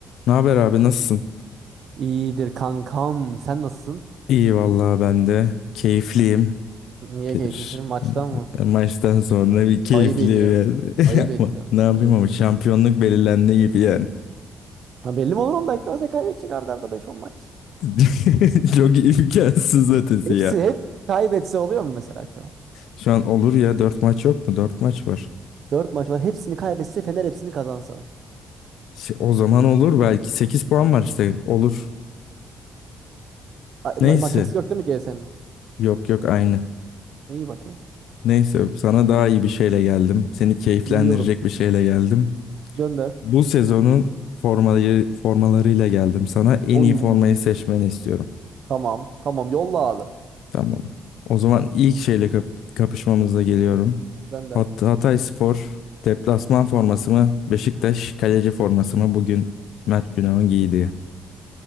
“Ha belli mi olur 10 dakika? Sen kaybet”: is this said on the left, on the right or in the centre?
Right